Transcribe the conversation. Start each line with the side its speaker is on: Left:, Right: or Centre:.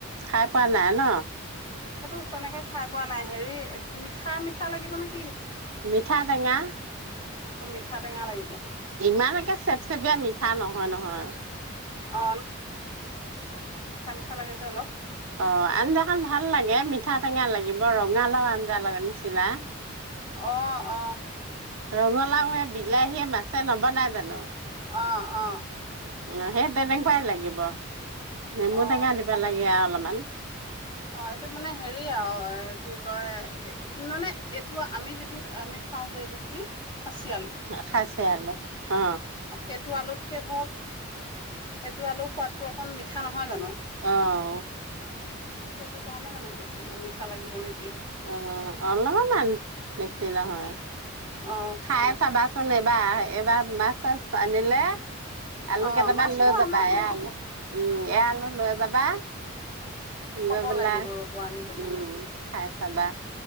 Right: খাই পোৱা নাই ন?
Left: সেইটো তেনেকে খাই পোৱা নাই। হেৰি মিঠা মিঠা লাগিব নেকি?
Right: মিঠা টেঙা
Left: অ মিঠা টেঙা লাগিব।
Right: ইমান একে চেপচেপিয়া মিঠা নহয় নহয়
Left: অ থা লাগে যে অলপ
Right: অ আঞ্জাখন ভাল লাগে, মিঠা টেঙা লাগিব ৰঙালাও আঞ্জা লগা নিচিনা।
Left: অ অ
Right: ৰঙালাওৱে বিলাহীয়ে মাছে নবনাই জানো?
Left: অ অ
Right: অ সেই তেনেকুৱাই লাগিব। নেমু
Left: অ
Right: টেঙা দিব লাগে আৰু অলপমান।
Left: অ এইটো মানে হেৰি আৰু কি কয়, মানে এইটো আমি যিটো আমি খাওঁ যে এইটো কি? খাচি
Right: খচিয়া আলু অ
Left: সেইতু আলুতকে ধৰক এইটো আলু সোৱাদটো অকণ মিঠা নহয় জানো?
Right: অ'
Left: সেইটো কাৰণে মানে কৈছো মই মিঠা লাগিব নেকি
Right: অ অলপমান, বেছি নহয়।
Left: অ
Right: খাই চাবাচোন বাহ, এবাৰ মাছ চাছ আনিলে আলু
Left: অ
Right: কেইটামান
Left: মাছটো
Right: লৈ যাবা,
Left: অনা হৈ
Right: এয়া
Left: থাকে
Right: আলু উম এয়া আলু লৈ যাবা
Left: ক'ব
Right: গৈপেলাই
Left: লাগিব ৰ'ব আনিবলে
Right: উম খাই চাবা